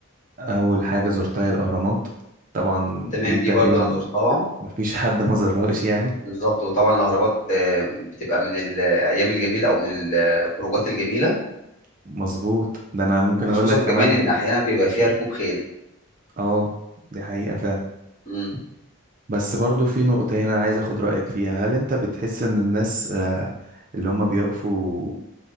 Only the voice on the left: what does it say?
تمام
دي برضه انا زرتها
بالظبط وطبعا الاهرامات آه، بتبقى من الايام الجميله او من الخروجات الجميله
وخصوصا
كمان ان احيانا بيبقى فيها ركوب خيل
مم.